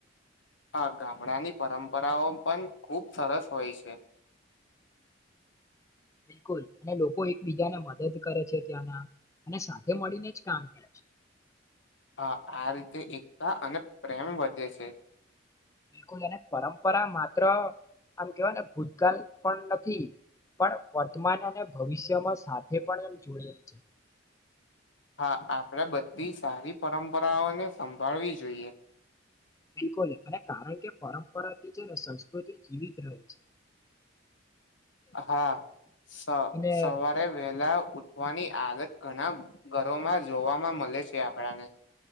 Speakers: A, on the left; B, on the left.
A: આા ગામડાની પરંપરાઓ પણ ખૂબ સરસ હોય છે. <inaudible>
B: બિલકુલ અને લોકો એકબીજાને મદદ કરે છે ત્યાંના. અને સાથે મળીને જ કામ કરે છે.
A: હ આ રીતે એકતા અને પ્રેમ વધે છે.
B: બિલકુલ અને પરંપરા માત્ર આમ કેવાય ને ભૂતકાળ પણ નથી. પણ વર્તમાન અને ભવિષ્યમાં સાથે પણ એમ જોડે છે.
A: <inaudible> આપડણે બધી સારી પરંપરાઓને સંભાળવી જોઈએ.
B: બિલકુલ અને કારણ કે પરંપરાથી છે ને સંસ્કૃતિ જીવિત રહે છે.
A: હા, સ
B: અને
A: સવારે વેલા ઉઠવાની આદત ઘણા ઘરોમાં જોવાવામાં મળે છે આપણાને.